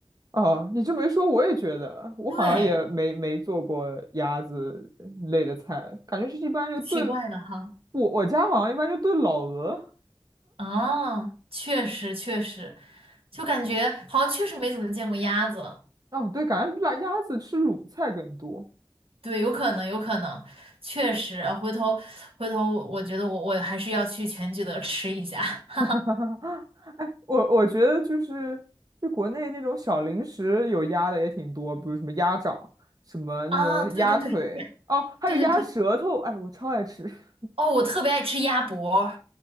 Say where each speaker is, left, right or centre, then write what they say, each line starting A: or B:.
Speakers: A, on the right (about 40°); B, on the right (about 80°).
A: 哦，你这么一说，我也觉得，我好像也没没做过鸭子类的菜，
B: 对，
A: 感觉是一般就炖，
B: 奇怪的哈，
A: 我我家好像一般就炖老鹅，
B: 啊，确实确实，就感觉好像确实没怎么见过鸭子，
A: 哦，对，感觉辣鸭子吃卤菜更多。
B: 对，有可能有可能，确实，回头回头我我觉得我我还是要去全聚德吃一下 <laughs>
A: <laughs> 哎，我我觉得就是就国内那种小零食有鸭的也挺多，比如什么鸭掌，什么那种鸭腿，
B: 啊，对对对，
A: 哦，还有鸭舌头，
B: 对对对。
A: 哎，我超爱吃。<laughs>
B: 哦，我特别爱吃鸭脖，